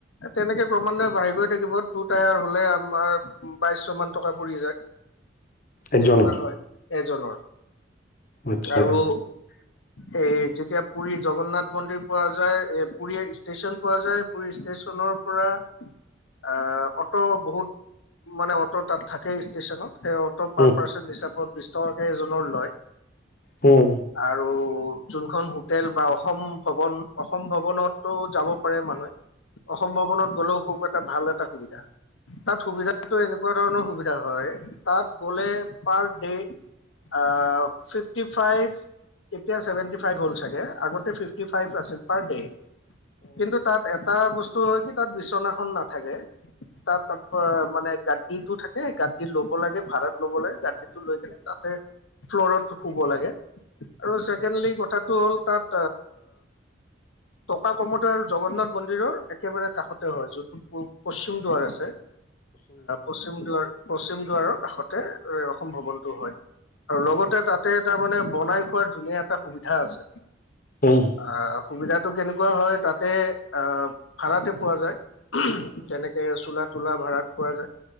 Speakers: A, on the left; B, on the left.
A: এ তেনেকে ক্ৰমান্বয়ে বাঢ়ি গৈ থাকিব টু টায়াৰ হ'লে আমাৰ উ, বাইশ মান টকা পৰি যায়।
B: একজনৰ
A: তেনেকুৱা হয় এজন।
B: আচ্ছা
A: আৰু
B: <unintelligible>
A: এ যেতিয়া পুৰী জগন্নাথ মন্দিৰ পোৱা যায় এ পুৰী ষ্টেশচন পোৱা যায়, পুৰী ষ্টেচনৰ পৰা আ, অটো বহুত মানে অটো তাত থাকেই ষ্টেচনত। সেই অটো পাৰ
B: উম
A: পাৰ্চন হিচাপত বিশ টকাকৈ এজনৰ লয়।
B: উম,
A: আৰু যোনখন হোটেল বা অসম ভৱন অসম ভৱনটো যাব পাৰে মানুহে। অসম ভৱনত গলেও খুব এটা ভাল এটা সুবিধা। তাত সুবিধাটো এনেকুৱা তেনেকুৱা ধৰণৰ সুবিধা হয় তাত গলে পাৰ ডে আ, ফিফটি ফাইভ এতিয়া ছেভেনটি ফাইভ হ'ল চাগে আগতে ফিফটি ফাইভ আছিল পাৰ ডে, কিন্তু তাত এটা বস্তু হয় কি তাত বিচনাখন নাথাকে তাত অপ মানে, গাড্ডিটো থাকে গাড্ডিৰ লগ লব লাগে ভাড়াত ল'বলে গাড্ডিটো লৈ কেনে তাতে ফ্লৰত শুব লাগে আৰু ছেকেণ্ডলি কথাটো হ'ল তাত এ টকা কমতে আৰু জগন্নাথ মন্দিৰৰ একেবাৰে কাষতে হয় যোনটো পূ পশ্চিম দুৱাৰ আছে পশ্চিম দুৱাৰ পশ্চিম দুৱাৰৰ কাষতে এই অসম ভৱনটো হয় আৰু লগতে তাত তাতে তাৰ মানে বনাই খোৱাৰ ধুনীয়া এটা সুবিধা আছে
B: উম
A: আহ সুবিধাটো কেনেকুৱা হয় তাতে আহ ভাড়াতে পোৱা যায় তেনেকে চোলা তোলা ভাড়াত পোৱা যায়